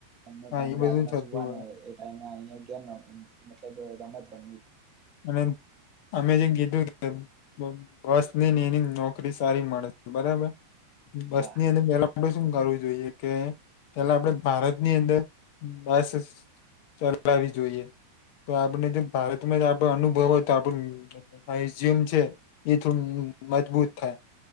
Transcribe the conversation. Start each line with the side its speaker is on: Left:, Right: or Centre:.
Right: એમનો
Left: હા
Right: ટાઈમ
Left: એ બધું
Right: રાતનો
Left: થતું
Right: સુવાનો હોય એ ટાઈમે અ મ ગેમ રમ મતલબ રમત રમ
Left: અને અ અમે જેમ કીધું નઈને એની નોકરી સારી મળત બરાબર. બસ
Right: હા
Left: ની અંદર મેલા મળ <unintelligible> શું કરવું જોઈએ કે પેલા આપડ ભારત ની અંદર બસ ચલાવી જોઈએ, તો આપણે જો ભારતમાં જ આપ અનુભવ હો તો આપણું <unintelligible> છે એ થોડું મજબૂત થાય.